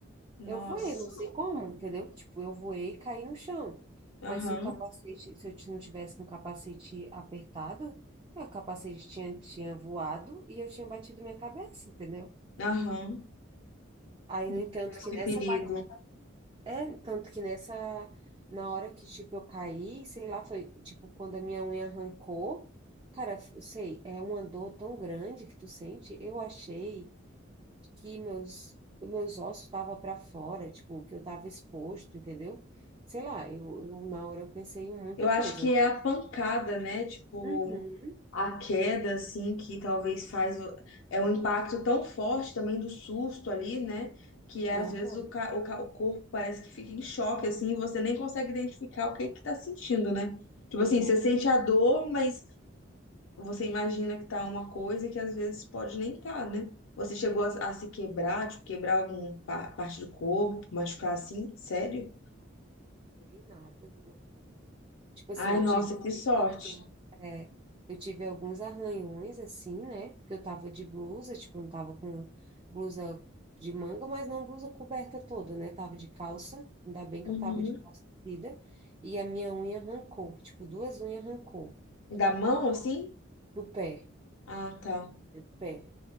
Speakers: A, on the left (about 75°); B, on the right (about 25°).
A: Nossa.
B: eu voei, não sei como, entendeu? Tipo, eu voei e caí no chão.
A: Aham,
B: Mas se o capacete, se eu ti- não tivesse com o capacete apertado, meu capacete tinha, tinha voado e eu tinha batido minha cabeça, entendeu?
A: aham.
B: Aí,
A: Meu
B: no entanto,
A: Deus,
B: que
A: que
B: nessa
A: perigo.
B: batida É, tanto que nessa, na hora que, tipo, eu caí, sei lá, foi, tipo, quando a minha unha arrancou, cara, eu sei, é uma dor tão grande que tu sente, eu achei que meus, meus ossos estavam para fora, tipo, que eu tava exposto, entendeu? Sei lá, eu, eu- na hora eu pensei em muita
A: Eu acho
B: coisa.
A: que é a pancada, né? Tipo,
B: Uhum,
A: a queda, assim, que talvez faz. o- É um impacto tão forte também do susto ali, né? Que é,
B: aham,
A: às vezes o, ca... o, ca- o corpo parece que fica em choque, assim, e você nem consegue identificar o que que tá sentindo, né? Tipo
B: exato.
A: assim, você sente a dor, mas você imagina que tá uma coisa que às vezes pode nem tá, né? Você
B: Aham.
A: chegou a, a se quebrar, tipo, quebrar alguma parte do corpo, machucar assim? Sério?
B: Não, eu não quebrei nada do meu corpo. Tipo assim,
A: Ai,
B: eu
A: nossa,
B: tive
A: que sorte.
B: alguns arranhões. É, eu tive alguns arranhões, assim, né? Porque eu tava de blusa, tipo, não tava com blusa de manga, mas não blusa coberta toda, né? Tava de calça, ainda bem
A: Uhum.
B: que eu tava de calça comprida. E a minha unha arrancou, tipo, duas unhas arrancou
A: Da mão, assim?
B: do pé
A: Ah, tá.
B: é do pé.